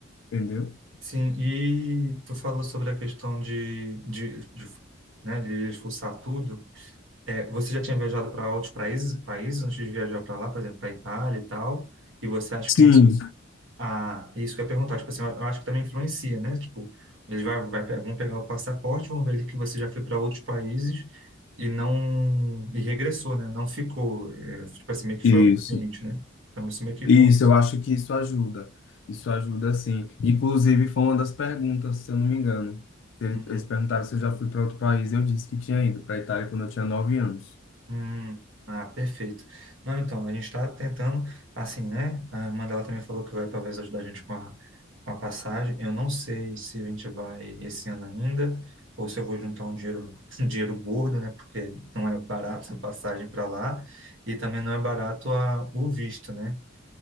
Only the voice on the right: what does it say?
Sim, e tu falou sobre a questão de, de, de, né, de expulsar tudo. É, você já tinha viajado para outros países, países antes de viajar para lá, por exemplo, para Itália e tal, e você acha
que isso Ah, isso que eu ia perguntar, tipo assim, eu eu acho que também influencia, né? Tipo, eles vai, vai, pe- vão pegar o passaporte, vão ver que você já foi para outros países e não, e regressou, né? Não ficou, é, tipo assim, meio que
foi o né? Então isso meio que
conta.
Uhum.
Hum, ah, perfeito. Não, então, a gente está tentando, assim, né? A Mandela também falou que vai talvez ajudar a gente com a, com a passagem. Eu não sei se a gente vai esse ano ainda, ou se eu vou juntar um dinheiro, <laughs> um dinheiro gordo, né? Porque não é barato a passagem para lá, e também não é barato a, o visto, né?